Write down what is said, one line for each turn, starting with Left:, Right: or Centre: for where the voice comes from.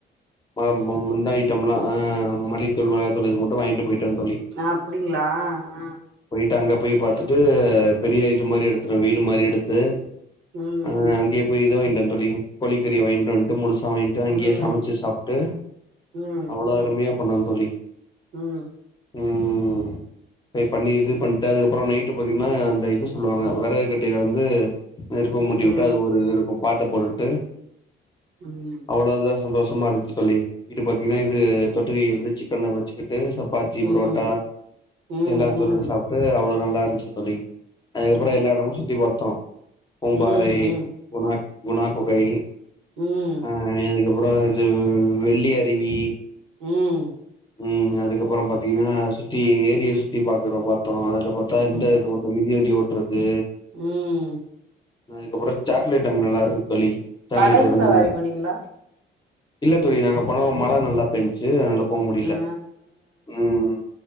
Left: ம மெம் இந்த ஐட்டம்லா ஆ மல்லித்தூள் மெளகாதூள் இது மட்டும் வாங்கிட்டு பேய்டன்
Right: அப்டிங்ளா அ
Left: டகப் போய் பாத்துட்டு பெரிய இது மாரி எடுத்துட்டோ வீடு மாரி எடுத்து
Right: ம்
Left: ஆ அங்கேயே போய் இது வாயின்டோ தோழி கோழிக்கறிய வாயின்ட்டு வன்ட்டு முழுசு வாங்கிட்டு அங்யே
Right: ம்
Left: சமைச்சு சாப்ட்டு
Right: ம்
Left: அவ்ளோ அருமையப் பண்ண தோழி
Right: ம்
Left: ம் ம் ம் போய் பண்ணி இது பண் அதுக்கப்பறோ நைட்டு பாத்தீங்னா அந்த இது சொல்வாங்க வறகு கட்டைல வந்து நெருப்பு முட்டி
Right: ம்
Left: வுட்டு அது ஒரு இது இருக்கும் பாட்ட போட்டுட்டு
Right: ம்
Left: அவ்ளோ தா சந்தோஷ் சம்மா இருந்துச்சு தோழி இது பாத்தீங்கன்னா இது தொட்டுக்க இது வந்து சிக்கன வச்சுட் டு சப்பாத்தி
Right: ம்
Left: புரோட்டா
Right: ம்
Left: எல்லாத்தோடடு
Right: ம்
Left: சாப் எவ்ளோ நல்லா இருந்துச்சு தோழி அதுக்கப்புறோ
Right: ஆ
Left: எல்லா எடமு சுத்தி பாத்தோ பூம்பாறை
Right: ம் ம்
Left: குணா குணா குகை
Right: ம்
Left: ஆ அதுக்கப்புறோ இது வெள்ளி அருவி
Right: ம்
Left: ம் அதுக்கப்புறம் பாத்தீங்கன்னா சுத்தி ஏரிய சுத்தி பாக்குற பாத்தோ அதுல பாத்தா
Right: ம்
Left: இந்த இது ஒரு மிதி வண்டி ஓ ஓட்டுறது
Right: ம்
Left: அதுக்கப்றோ சாக்லேட் அங்க நல்லா இருக்கு தோழி சாக்லேட்
Right: படகு
Left: ஒரு ரெண்டு
Right: சவாரி
Left: மூணு
Right: போனீங்களா
Left: இல்ல தோழி நாங்க போனோ மழ நல்லா பேஞ்ச்சு அதனால போமுடியல
Right: ஆ
Left: ம்